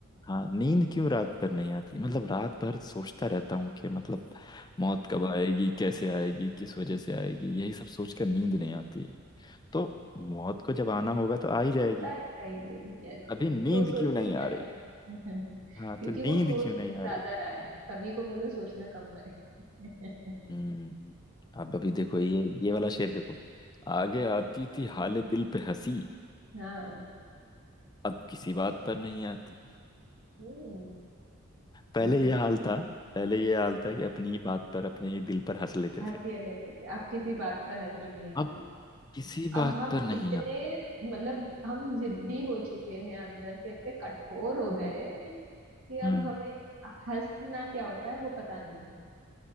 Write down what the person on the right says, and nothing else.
चिंता
ही आएगी यस
तो सोच
के
क्या
करना
है <laughs>
क्योंकि
वो सोच
ज्यादा
रहा है कवि को बोलो सोचना कम करे <laughs>
हम्म,
हाँ
हम्म
<laughs>
हंसी
लेते थे अब किसी बात पर हंसी नहीं आती
अब
हम
इतने
मतलब हम जिद्दी हो चुके हैं अंदर से इतने कठोर हो
गए <laughs> कि
अब हमें हंसना क्या होता है वो पता नहीं है